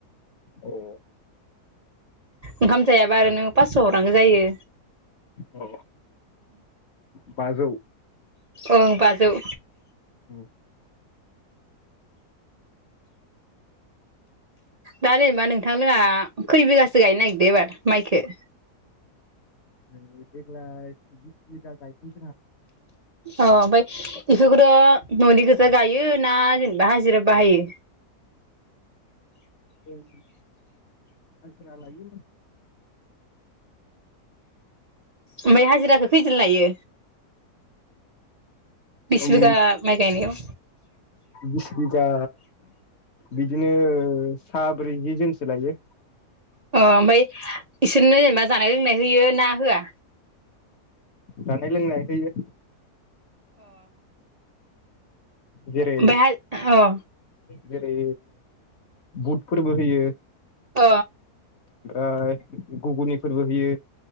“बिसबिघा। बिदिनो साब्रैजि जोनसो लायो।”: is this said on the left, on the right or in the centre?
Left